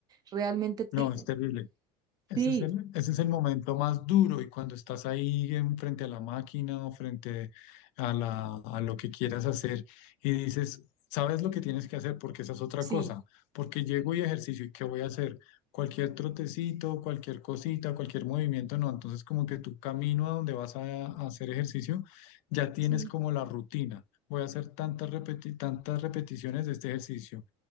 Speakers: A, on the right; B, on the left.
A: Realmente te-
B: No, es terrible. Ese
A: sí,
B: es el, ese es el momento más duro y cuando estás ahí en, frente a la máquina o frente a, la, a lo que quieras hacer y dices, sabes lo que tienes que hacer porque esa es otra
A: sí,
B: cosa, porque llego y ejercicio y ¿qué voy a hacer? Cualquier trotecito, cualquier cosita, cualquier movimiento, no. Entonces como que tu camino a donde vas a, a hacer ejercicio ya tienes
A: sí,
B: como la rutina. Voy a hacer tantas repeti- tantas repeticiones de este ejercicio